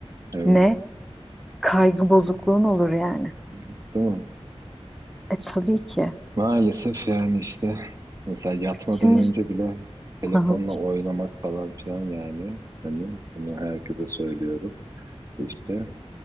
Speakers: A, on the right; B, in the centre.
A: evet
B: ne kaygı bozukluğun olur yani.
A: değil mi?
B: E tabii ki.
A: Maalesef yani işte mesela yatmadan
B: Şimdi
A: önce bile telefonla
B: Hı hı.
A: oynamak falan filan yani hani bunu herkese söylüyorum. İşte